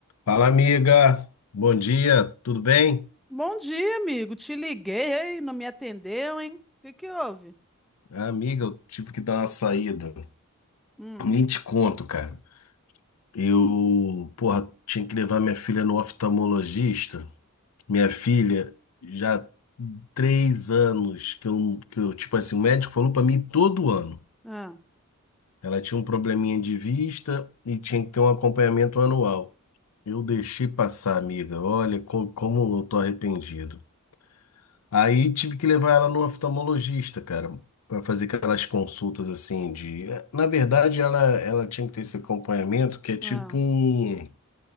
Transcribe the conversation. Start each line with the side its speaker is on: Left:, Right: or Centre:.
Left: Fala, amiga. Bom dia, tudo bem?
Centre: Bom dia, amigo. Te liguei, hein? Não me atendeu, hein? O que que houve?
Left: Ah, Amiga, eu tive que dar uma saída.
Centre: Hum,
Left: Nem te conto, cara. Eu, porra, tinha que levar minha filha no oftalmologista. Minha filha, já três anos que eu, que eu, tipo assim, o médico falou pra mim todo ano.
Centre: ah,
Left: Ela tinha um probleminha de vista e tinha que ter um acompanhamento anual. Eu deixei passar, amiga. Olha co- como eu tô arrependido. Aí tive que levar ela no oftalmologista, cara, para fazer aquelas consultas assim de. eh, Na verdade, ela, ela tinha que ter esse acompanhamento que é tipo
Centre: ah.
Left: um,